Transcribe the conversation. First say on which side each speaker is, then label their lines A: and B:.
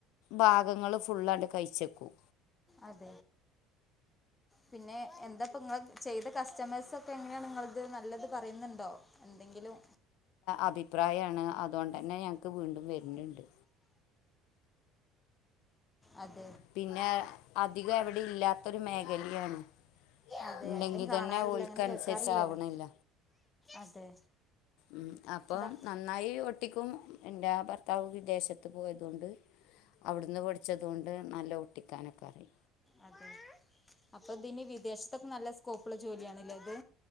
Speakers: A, on the left; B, on the left.
A: ഭാഗങ്ങള് ഫുള്ളായിട്ട് കഴിച്ചെക്കും
B: അത പിന്നെ എന്താപ്പ നിങ്ങ ചെയ്ത കസ്റ്റമേഴ്സ് ഒക്കെ എങ്ങനെയാണ് നിങ്ങളത് നല്ലത് പറയുന്നുണ്ടോ എന്തെങ്കിലും
A: അഭിപ്രായമാണ് അതുകൊണ്ട തന്നെ ഞങ്ങക്ക് വീണ്ടും വരുന്നുണ്ട്
B: അത
A: പിന്നെ അധികം എവിടെ ഇല്ലാത്തൊരു മേഖലയാണ്
B: അതെ
A: ഉണ്ടെങ്കിൽ
B: എവിടയും കാണാറില്ല
A: തന്നെ ഓൽക്കനുസരിച്ച്
B: അങ്ങനെ കേക്കാറില്ലല്ലോ
A: ആവണില്ല
B: അതെ
A: ഉ അപ്പം
B: എന്താ
A: നന്നായി ഒട്ടിക്കും എൻ്റെ ഭർത്താവ് വിദേശത്ത് പോയത കൊണ്ട് അവിടുന്ന് പൊഠിച്ചത്ണ്ട് നല്ല ഒട്ടിക്കാനൊക്കെറി
B: അതെ, അപ്പൊതിനി വിദേശത്തൊക്കെ നല്ല സ്കോപ്പുള്ള ജോലിയാണ്ലെ ഇത്.